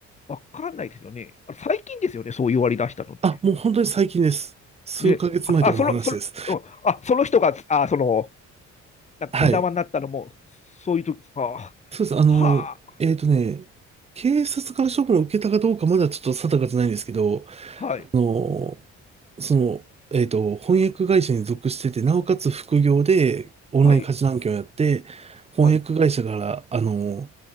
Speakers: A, on the left; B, on the right.
A: わかんないですよね。あれ最近ですよね、そう言われ出したのって。
B: あ、もう本当に最近です。数ヶ月前とかの話です。
A: ね、あ、あその、その、うんあ、その人が、あ、その、なんかお縄になったのも、
B: はい。
A: そういう時ですか。は
B: そうです。あの、
A: あ、
B: えっとね、警察から処分を受けたかどうかまだちょっと定かじゃないんですけど、
A: はい、
B: あの、その、えっと、翻訳会社に属してて、なおかつ副業でオンライン家事案件をやって、
A: はい、
B: 翻訳会社から、
A: はい、
B: あの、